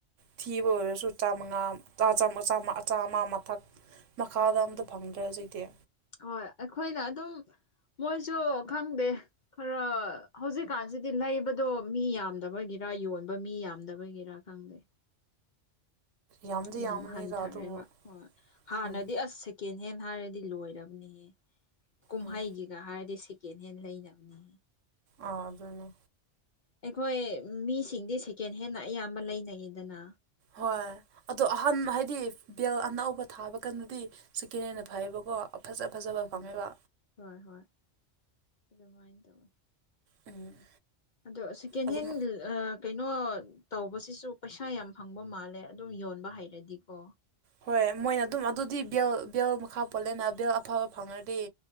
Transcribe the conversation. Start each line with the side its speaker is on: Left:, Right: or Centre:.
Right: ꯊꯤꯕ ꯑꯣꯏꯔꯁꯨ ꯆꯥꯝꯃꯉꯥ ꯆꯥꯝꯃ ꯆꯥꯝꯃ ꯑꯆꯥꯃꯥ ꯃꯊꯛ ꯃꯈꯥꯗ ꯑꯝꯇ ꯐꯪꯗ꯭ꯔꯦ ꯍꯧꯖꯤꯛꯇꯤ
Left: ꯍꯣꯏ ꯑꯩꯈꯣꯏꯅ ꯑꯗꯨꯝ ꯃꯣꯏꯁꯨ ꯈꯪꯗꯦ ꯈꯔ ꯍꯧꯖꯤꯛꯀꯥꯟꯁꯤꯗꯤ ꯂꯩꯕꯗꯣ ꯃꯤ ꯌꯥꯝꯗꯕꯒꯤꯔ ꯌꯣꯟꯕ ꯃꯤ ꯌꯥꯝꯗꯕꯒꯤ ꯔꯥ ꯈꯪꯗꯦ
Right: ꯌꯥꯝꯗꯤ
Left: ꯌꯥꯝ
Right: ꯌꯥꯝꯕꯅꯤꯗ
Left: ꯍꯟꯊꯔꯦꯕ
Right: ꯑꯗꯨꯕꯨ
Left: ꯍꯣꯏ ꯍꯥꯟꯅꯗꯤ
Right: ꯎꯝ
Left: ꯑꯁ ꯁꯦꯛ ꯀꯦꯟꯍꯦꯟ ꯍꯥꯏꯔꯗꯤ ꯂꯣꯏꯔꯕꯅꯤꯍꯦ ꯀꯨꯝꯍꯩꯒꯤ
Right: ꯎꯝ
Left: ꯅ ꯍꯥꯏꯔꯗꯤ ꯁꯦꯀꯦꯟꯍꯦꯟ ꯂꯩꯅꯕꯅꯤ
Right: ꯑꯥ ꯑꯗꯨꯅꯦ
Left: ꯑꯩꯈꯣꯏ ꯃꯤꯁꯤꯡꯗꯤ ꯁꯦꯀꯦꯟꯍꯦꯟꯅ ꯑꯌꯥꯝꯕ ꯂꯩꯅꯩꯌꯦꯗꯅ
Right: ꯍꯣꯏ ꯑꯗꯣ ꯑꯍꯥꯟ ꯍꯥꯏꯗꯤ ꯕꯦꯜ ꯑꯅꯧꯕ ꯊꯥꯕ ꯀꯥꯟꯗꯗꯤ ꯁꯦꯀꯦꯟꯍꯦꯟꯅ
Left: ꯎꯝ
Right: ꯐꯩꯕꯀꯣ ꯐꯖ ꯐꯖꯕ
Left: ꯎꯝ
Right: ꯐꯪꯉꯦꯕ
Left: ꯍꯣꯏ ꯍꯣꯏ ꯑꯗꯨꯃꯥꯏꯅ ꯇꯧꯋꯤ
Right: ꯎꯝ
Left: ꯑꯗꯣ ꯁꯦꯀꯦꯟ
Right: ꯑꯗꯨꯝ
Left: ꯍꯦꯟ ꯑꯥ ꯀꯩꯅꯣ ꯇꯧꯕꯁꯤꯁꯨ ꯄꯩꯁꯥ ꯌꯥꯝ ꯐꯪꯕ ꯃꯥꯜꯂꯦ ꯑꯗꯨꯝ ꯌꯣꯟꯕ ꯍꯩꯔꯗꯤꯀꯣ
Right: ꯍꯣꯏ ꯃꯣꯏꯅ ꯑꯗꯨꯝ ꯑꯗꯨꯗꯤ
Left: ꯎꯝ
Right: ꯕꯦꯜ ꯕꯦꯜ ꯃꯈꯥ ꯄꯣꯜꯂꯦꯅ ꯕꯦꯜ ꯑꯐꯕ ꯐꯪꯉꯗꯤ